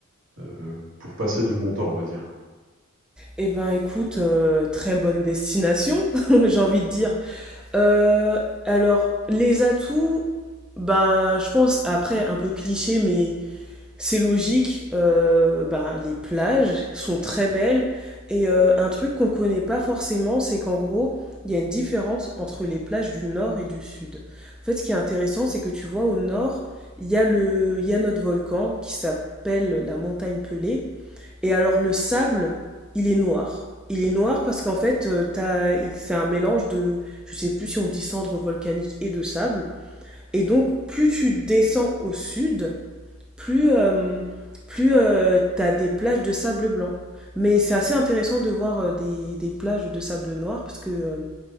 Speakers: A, on the right; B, in the centre.
A: heu, pour passer du bon temps, on va dire?
B: Eh ben écoute, euh, très bonne destination, <laughs> j'ai envie de dire. Euh, alors, les atouts, ben je pense, après, un peu cliché, mais c'est logique, euh, ben, les plages sont très belles. Et euh, un truc qu'on connaît pas forcément, c'est qu'en gros, il y a une différence entre les plages du nord et du sud. En fait, ce qui est intéressant, c'est que tu vois, au nord, il y a le, il y a notre volcan qui s'appelle la montagne Pelée. Et alors le sable, il est noir. Il est noir parce qu'en fait, euh, t'as- il- c'est un mélange de, je sais plus si on dit cendres volcaniques et de sable. Et donc, plus tu descends au sud, plus, euh, plus euh, t'as des plages de sable blanc. Mais c'est assez intéressant de voir euh, des, des plages de sable noir parce que euh,